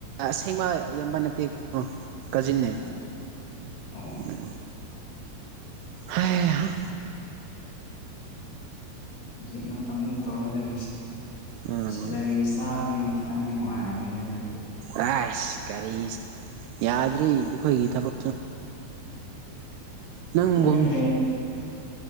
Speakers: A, on the right; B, on the left.
A: ꯑꯁꯦꯡꯕ ꯏꯌꯥꯝꯕ ꯅꯠꯇꯦ ꯑ ꯀꯥꯖꯤꯟꯅꯦ
B: ꯑꯣ ꯑꯣ
A: ꯎꯝ ꯍꯤꯏ ꯍꯥꯏ
B: ꯍꯧꯖꯤꯛ ꯃꯇꯝꯗ ꯇꯧꯒꯗꯧꯔꯤꯁꯤ
A: ꯎꯝ
B: ꯁꯦꯂꯔꯤ ꯆꯥꯕꯅꯤꯅ ꯈꯤꯇꯪꯗꯤ ꯅꯨꯡꯉꯥꯏꯔꯝꯃꯦꯗ ꯅꯣꯏꯗꯤ
A: ꯔꯥꯏꯁ ꯀꯔꯤ ꯌꯥꯗ꯭ꯔꯤ ꯑꯩꯈꯣꯏꯒꯤ ꯊꯕꯛ ꯅꯪꯒꯨꯝ
B: ꯅꫭꯏ ꯔꯦꯟ